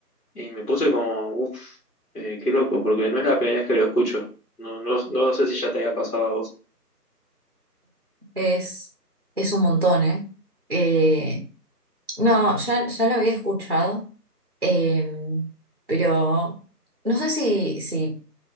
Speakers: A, on the left; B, on the right.
A: Y me puse como, uff, qué loco, porque no es la primera vez que lo escucho. No, no, no sé si ya te había pasado a vos.
B: Es, es un montón, ¿eh? Eh, no, ya, ya lo había escuchado, eh, pero no sé si, si